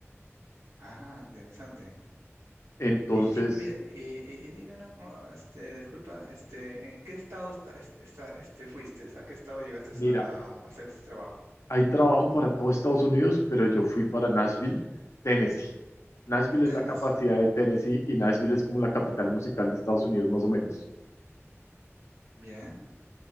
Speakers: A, on the right; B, on the left.
A: Ah, interesante.
B: Entonces,
A: Y dime, mira, y, y- y dime una, co- este, disculpa, este, ¿en qué estado esta- est- esta- este, fuiste? ¿A qué estado llegaste
B: Mira,
A: a, a hacer este trabajo?
B: hay trabajo para todo Estados Unidos, pero yo fui para Nashville, Tennessee. Nashville
A: En Tennessee.
B: es la capacidad de Tennessee y Nashville es como la capital musical de Estados Unidos, más o menos.
A: Bien.